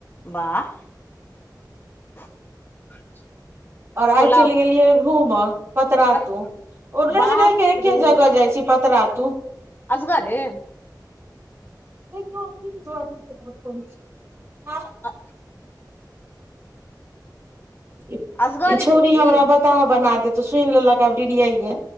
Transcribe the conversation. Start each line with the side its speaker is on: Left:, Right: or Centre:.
Left: वाह <inaudible>
Right: और
Left: छोला
Right: आइ चलि गेलियै घूमे पतरातू
Left: कत-
Right: ओ रही
Left: बाप
Right: रही के एके
Left: रे
Right: जगह जाय छी पत लऽ तू
Left: असगरे
Right: <unintelligible>
Left: आ।
Right: ई
Left: असगरे
Right: छौरी
Left: जाइ छी
Right: हमरा बताह बना दे तू सुनि लेलकऽ आब डिरिया ये